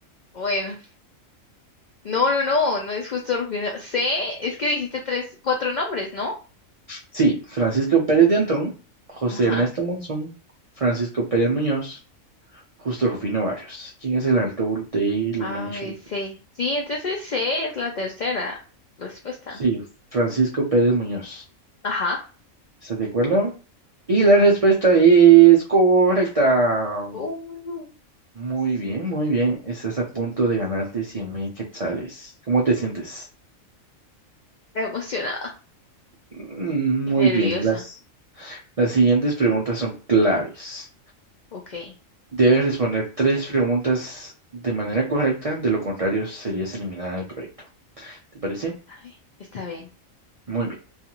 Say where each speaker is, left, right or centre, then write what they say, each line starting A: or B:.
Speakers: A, on the left; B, on the right.
A: Bueno, no, no, no, no es justo Rufino. C, es que dijiste tres, cuatro nombres, ¿no?
B: Sí, Francisco Pérez de Antón, José
A: Ajá.
B: Ernesto Monzón, Francisco Pérez Muñoz, Justo Rufino Barrios. ¿Quién es el autor de Luna
A: A,
B: de
A: B,
B: Xelajú?
A: C. Sí, entonces C es la tercera respuesta.
B: Sí, Francisco Pérez Muñoz.
A: Ajá.
B: ¿Estás de acuerdo? Y la respuesta es correcta.
A: Uh,
B: Muy
A: sí.
B: bien, muy bien. Estás a punto de ganarte 100 mil quetzales. ¿Cómo te sientes?
A: Emocionada
B: Mm,
A: y
B: Muy
A: nerviosa.
B: bien. Las, las siguientes preguntas son claves.
A: Ok, está
B: Debes responder tres preguntas de manera correcta, de lo contrario serías eliminada del proyecto. ¿Te parece?
A: bien. Está bien.
B: Muy bien.